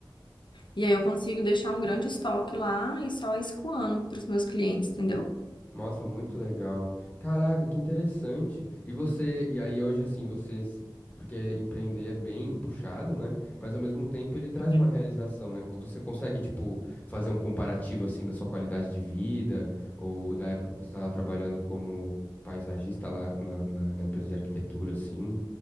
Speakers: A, on the left (about 70°); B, on the left (about 20°).
A: E aí eu consigo deixar um grande estoque lá e só escoando para os meus clientes, entendeu?
B: Nossa, muito legal. Caraca, que interessante. E você, e aí hoje assim, vocês, porque empreender é bem puxado, né? Mas ao mesmo tempo ele traz
A: Sim.
B: uma realização, né? Co- Você consegue, tipo, fazer um comparativo assim da sua qualidade de vida ou da época que você estava trabalhando como paisagista lá na, na- na empresa de arquitetura, assim,